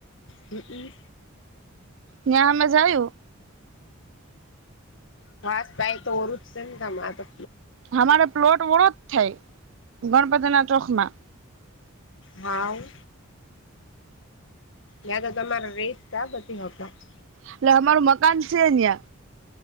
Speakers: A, on the left; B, on the right.
A: હમ.
B: ન્યા આમજ આયુ.
A: ખાસ કઈ તો ઓરું જ છે ને તમ આતો.
B: અમારે પ્લોટ વોળો જ થાય ગણપતિના ચોકમાં.
A: હાહો યા તો તમારા <unintelligible>
B: એટલે અમારું મકાન સે ન્યા.